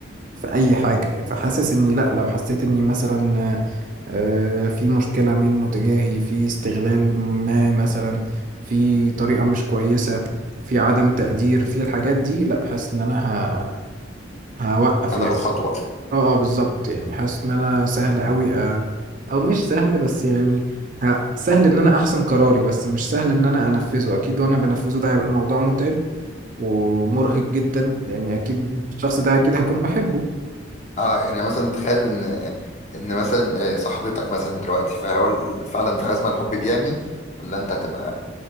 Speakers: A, on the right; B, on the left.
A: في اي حاجة يعني فحاسس اني لا لو حسيت اني مثلا آه، آه، في مشكلة منه تجاهي في استغلال ما مثلا في طريقة مش كويسة في عدم تقدير في الحاجات دي لا حاسس ان انا هوقف
B: هتاخد
A: يعني
B: خطوة
A: اه اه بالظبط يعني حاسس ان انا سهل قوي أ... او مش سهل بس يعني ه- سهل ان انا احسم قراري بس مش سهل ان انا انفذه اكيد وانا بنفذه ده هيبقى موضوع متعب ومرهق جدا لان اكيد الشخص ده اكيد هيكون بحبه
B: اه يعني مثلا تخيل ان ان مثلا آه، صاحبتك مثلا دلوقتي فهقول فعلا في حاجه اسمها الحب بيعمي ولا انت هتبقى